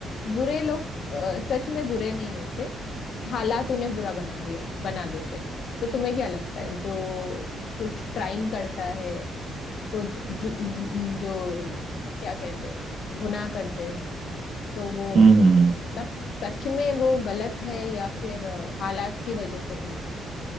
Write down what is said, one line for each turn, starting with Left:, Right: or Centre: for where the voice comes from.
Left: बुरे लोग अ, सच में बुरे नहीं होते हालात उन्हें बुरा बना दिया बना देते हैं तो तुम्हें क्या लगता है जो कुछ क्राइम करता है कुछ जो, जो क्या कहते हैं उस गुनाह करते हैं तो वो
Right: हम्म हम्म हम्म।
Left: मतलब सच में वो गलत है या फिर अ, हालात की वजह से कर